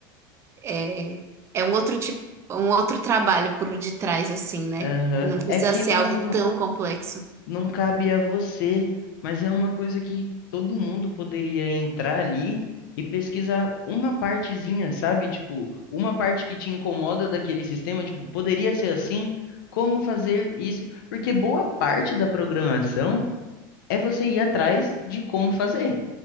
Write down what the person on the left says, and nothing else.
Aham.
É que
não,
não cabe a você, mas é uma coisa que todo mundo poderia entrar ali e pesquisar uma partezinha, sabe? Tipo, uma parte que te incomoda daquele sistema, tipo, poderia ser assim, como fazer isso? Porque boa parte da programação é você ir atrás de como fazer.